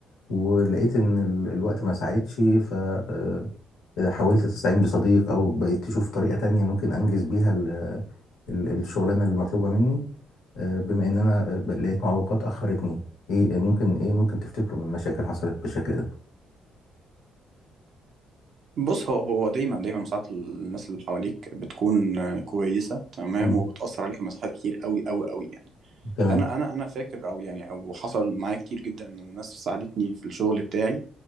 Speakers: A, on the left (about 85°); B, on the right (about 60°).
A: ولقيت ان ال- الوقت ما ساعدش فحاولت تستعين بصديق او بقيت تشوف طريقة تانية ممكن انجز بيها ال- ال- الشغلانة المطلوبة مني آه، بما ان انا آه، لقيت معوقات اخرتني ايه إيه ممكن ايه ممكن تفتكره من مشاكل حصلت بالشكل ده
B: بص هو هو دايما دايما ساعات الناس اللي حواليك بتكون آه، كويسه تمام
A: مم.
B: وبتاثر عليك في مساحات كتير قوي قوي قوي يعني
A: تمام
B: انا انا انا فاكر او يعني او حصل معايا كتير جدا ان الناس ساعدتني في الشغل بتاعي